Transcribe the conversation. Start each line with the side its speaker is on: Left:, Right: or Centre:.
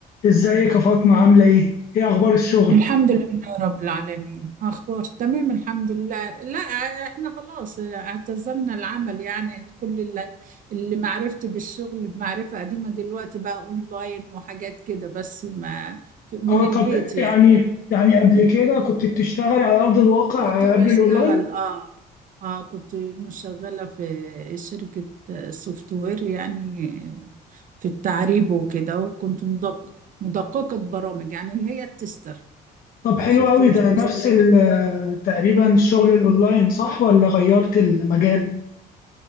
Left: ازيك يا فاطمة عاملة ايه؟ ايه اخبار الشغل؟
Right: الحمد لله رب العالمين أخبار تمام الحمد لله لا إحنا خلاص اعتزلنا العمل يعني كل اللي, اللي معرفتي بالشغل بمعرفة قديمة دلوقتي بقى أونلاين وحاجات كده بس ما في- من
Left: اه
Right: البيت
Left: طب
Right: يعني
Left: يعني يعني قبل كده كنت بتشتغلي على ارض الواقع
Right: كنت بشتغل
Left: قبل الاونلاين؟
Right: آه آه كنت مشغلة في شركة سوفت وير يعني في التعريب وكده وكنت مدق مدققة برامج يعني اللي هي التستر
Left: طب حلو
Right: سوفت
Left: قوي
Right: وير
Left: ده
Right: تيستر
Left: نفس ال- تقريبا الشغل الاونلاين صح ولا غيرت المجال؟